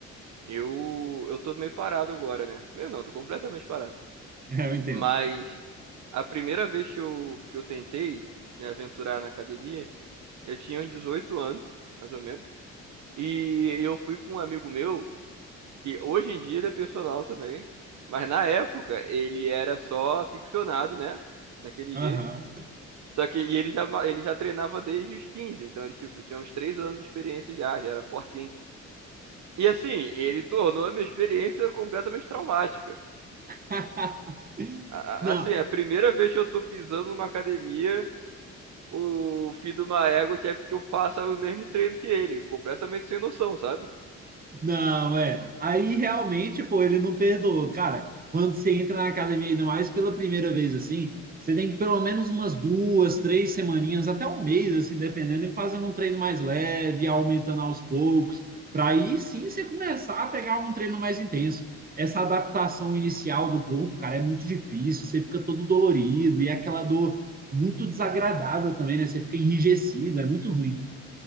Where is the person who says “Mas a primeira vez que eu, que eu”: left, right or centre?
Right